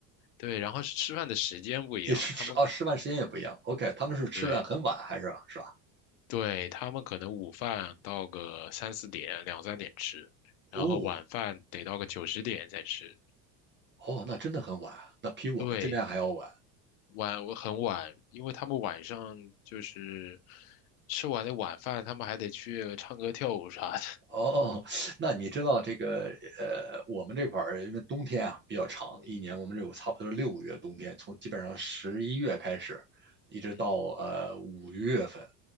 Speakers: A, on the left; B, on the right.
A: 对，然后是吃饭的时间不一样，
B: 也是吃哦，
A: 他们可
B: 吃饭时间也不一样。OK，他们是吃的很晚还是是吧？
A: 嗯对对，他们可能午饭到个三四点、两三点吃，然后晚饭得到个九十点再吃。
B: 哦哦，那真的很晚啊，那比我们这边还要晚。
A: 对，晚，我很晚，因为他们晚上就是吃完的晚饭，他们还得去唱歌跳舞啥的。
B: 哦，那你知道这个呃，我们这块儿因为冬天啊比较长，
A: 嗯
B: 一年我们有差不多六个月冬天，从基本上十一月开始，一直到呃五月份
A: 嗯